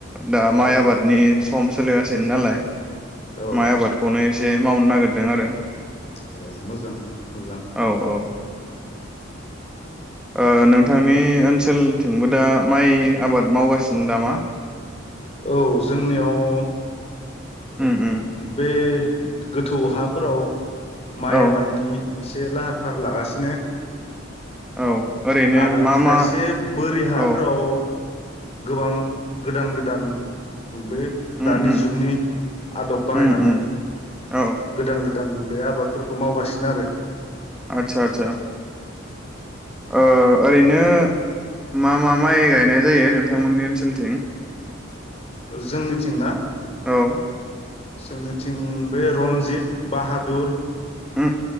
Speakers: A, in the centre; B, on the left (about 30°).
A: दा माइ
B: औ
A: आबादनि फर्म सोलिगासिनो नालाय।
B: औ
A: माय आबादखौनो एसे मावनो नागिरदों आरो।
B: औ मोजां मोजां
A: औ औ। ओ नोंथांनि ओनसोलथिंबो दा माइ आबाद मावगासिनो दा मा?
B: औ जोंनियाव ओम
A: उम उम
B: बे गोथौ हाफोराव माइ
A: औ
B: आबादनि एसे लाहार फाहार लागासिनो।
A: औ। ओरैनो
B: आरो
A: मा
B: खायसे
A: मा
B: बोरि हाफोराव
A: औ
B: गोबां गोदान गोदान बे
A: उम
B: दानि
A: उम
B: जुगनि आदब बाहायनानै
A: उम उम औ
B: गोदान गो दान बे आबादफोरखौ मावगासिनो आरो
A: आतसा आतसा ओ ओरैनो मा मा माइ गायनाय जायो नोंथांमोननि ओनसोलथिं?
B: जोंनिथिं ना?
A: औ
B: जोंनिथिं बे रन्जित बाहादुर
A: उ